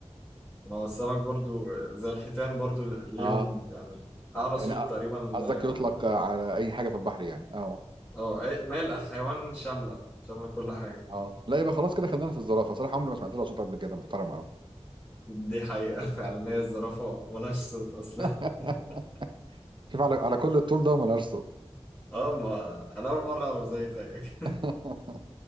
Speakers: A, on the left; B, on the right.
A: ما هو السمك برضو زي الحيتان برضو ليهم
B: اه
A: يعني أعلى
B: يعني
A: صوت
B: أ-
A: تقريبا
B: قصدك يطلق
A: اه
B: على أي حاجة في البحر يعني اه
A: آه، أي- ما هي الحيوان شاملة شاملة كل حاجة
B: اه لا يبقى خلاص كده خدنا في الزرافة صراحة عمري ما سمعت لها صوت قبل كده محترمة أوي
A: دي حقيقة <laughs> فعلا هي الزرافة ملهاش صوت أصلا
B: <laughs>
A: <laughs>
B: شوف على على كل الطول ده وما لهاش صوت
A: اه ما أنا أول مرة أعرف زي زيك
B: <laughs>